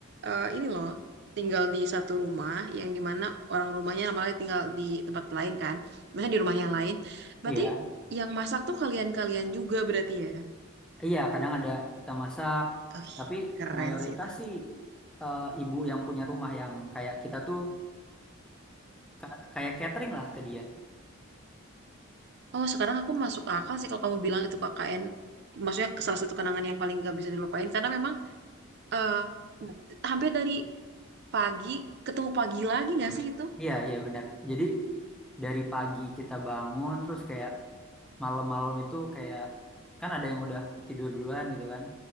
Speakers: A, on the right; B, in the centre.
A: eh, ini loh tinggal di satu rumah yang dimana orang rumahnya malah tinggal di tempat lain kan, misalnya di rumah yang lain. Berarti
B: <clears throat> Iya.
A: yang masak tuh kalian-kalian juga berarti ya?
B: Iya, kadang ada kita masak,
A: Oh,
B: tapi
A: keren
B: mayoritas
A: sih itu.
B: sih eh, ibu yang punya rumah yang kayak kita tuh ka- kayak catering lah ke dia.
A: Oh sekarang aku masuk akal sih kalau kamu bilang itu KKN. Maksudnya salah satu kenangan yang paling gak bisa dilupain karena memang eh, hampir dari pagi ketemu pagi lagi nggak sih itu?
B: Iya, iya benar. Jadi dari pagi kita bangun, terus kayak malam-malam itu kayak kan ada yang udah tidur duluan gitu kan,